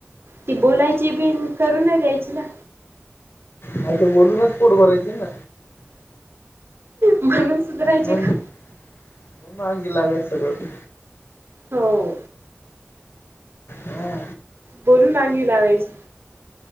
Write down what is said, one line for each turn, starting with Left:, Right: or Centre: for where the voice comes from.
Right: ती बोलायची बीनं करून घ्यायची ना
Left: नाय त बोलूनच पोट भरायची ना
Right: म्हणून सुधरायची
Left: म्हण
Right: का?
Left: म्हणून अंगी लागायचं सगळं.
Right: हो.
Left: हा
Right: बोलून अंगी लावायच